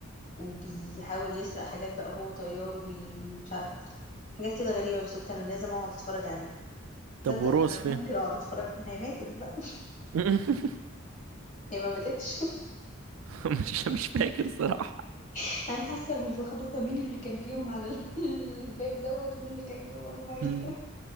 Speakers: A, on the left (about 40°); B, on the right (about 85°).
A: وبيحاول يسرق حاجات بقى وهو طيار وبي مش عارف حاجات كده غريبة بس قلت انا لازم اقعد اتفرج عليه تصدق
B: طب وروز
A: انا
B: فين؟
A: ممكن اقعد اتفرج انا هي ماتت بقى
B: <laughs>
A: هي ما ماتتش
B: مش مش فاكر صراحه
A: <laughs> انا حاسه باللخبطه مين اللي كان فيهم على <laughs> الباب دوت ومين اللي كان جوه الميه
B: مم.